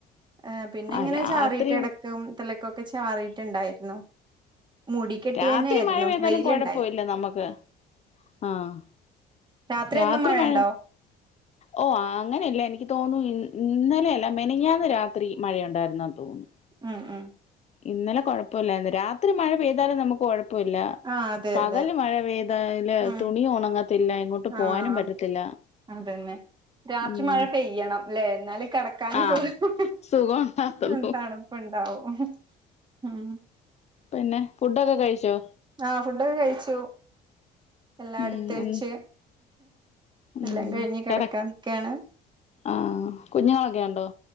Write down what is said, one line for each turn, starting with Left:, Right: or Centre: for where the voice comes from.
Right: ഏഹ് പിന്നെ
Left: ആഹ്
Right: ഇങ്ങനെ
Left: രാത്രി
Right: ചാറീട്ട് എടക്കും തലക്കും ഒക്കെ ചാറീട്ടുണ്ടായിരുന്നു മൂടിക്കെട്ടിയന്നെ
Left: രാത്രി
Right: ആയിരുന്നു
Left: മഴ പെയ്താലും
Right: വെയിലുണ്ടായി
Left: കുഴപ്പമില്ല നമുക്ക് ആഹ്
Right: രാത്രിയെന്നും
Left: രാത്രി
Right: മഴയണ്ടോ
Left: മഴ ഓ അങ്ങനെയല്ല എനിക്ക് തോന്നു ഇന്ന് ഇന്നലെയല്ല മെനങ്ങാന്ന് രാത്രി മഴയുണ്ടായിരുന്നന്ന് തോന്നു
Right: ആഹ് -ആഹ്
Left: ഇന്നലെ കൊഴപ്പൊല്ലാരുന്ന് രാത്രി മഴ പെയ്താലും നമുക്ക് കൊഴ പ്പൊല്ല
Right: ആഹ് അതെ
Left: പകല്
Right: അതെ
Left: മഴ പെയ്താല്
Right: ഉം
Left: തുണിയൊണങ്ങത്തില്ല എങ്ങോട്ട് പോവാനും
Right: ആഹ്
Left: പറ്റത്തില്ല
Right: അതന്നെ രാത്രി
Left: ഉം
Right: മഴ പെയ്യണം ല്ലേ എന്നാലേ കെടക്കാനും
Left: ആഹ്
Right: സുഖം
Left: സുഖം ഉണ്ടാവുള്ളൂ
Right: അഹ് തണു പ്പണ്ടാവും ഉം
Left: പിന്നെ ഫുഡൊക്കെ കഴിച്ചോ
Right: ആഹ് ഫുഡൊക്കെ കഴിച്ചു എല്ലാടുത്ത്
Left: ഉം
Right: വെച്ച്
Left: എ ഉം
Right: എല്ലാം കഴിഞ്ഞ് കെടക്കാ
Left: കെട
Right: നിക്കാണ്
Left: ആഹ് കുഞ്ഞുങ്ങളൊക്കെ ഒണ്ടോ